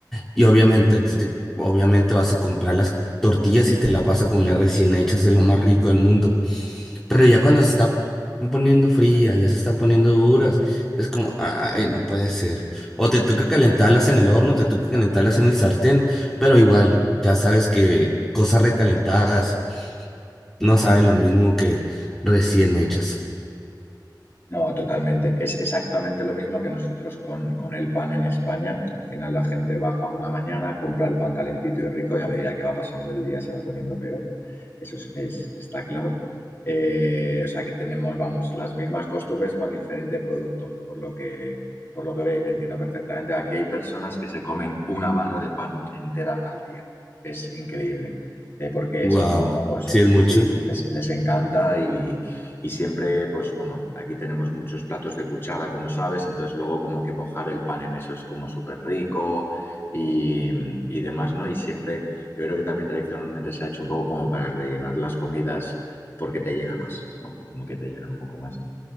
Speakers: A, in the centre; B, on the left (about 30°).
A: Y obviamente, si te- obviamente vas a comprar las tortillas y te la vas a comer recién hechas, es lo más rico del mundo. Pero ya cuando se están poniendo frías, ya se están poniendo duras, es como, ay, no puede ser. O te toca calentarlas en el horno, te toca calentarlas en el sartén, pero igual, ya sabes que cosas recalentadas no saben lo mismo que recién hechas.
B: No, totalmente. Es exactamente lo mismo que nosotros con, con el pan en España. Al final la gente baja por la mañana, compra el pan calentito y rico y a medida que va pasando el día se va poniendo peor. Eso es, es- está claro. Eh, o sea que tenemos, vamos, las mismas costumbres con diferente producto, por lo que, por lo que veis, te entiendo perfectamente. Aquí hay personas que se comen una barra de pan entera al día. Es increíble, Eh, porque
A: Wow,
B: es como, sí,
A: sí es mucho.
B: les, les encanta y... Y siempre, pues bueno, aquí tenemos muchos platos de cuchara, como sabes, entonces luego como que mojar el pan en eso es como súper rico y, y demás, ¿no? Y siempre, yo creo que también tradicionalmente se ha hecho un poco como para rellenar las comidas porque te llena más, ¿no? Como que te llena un poco más.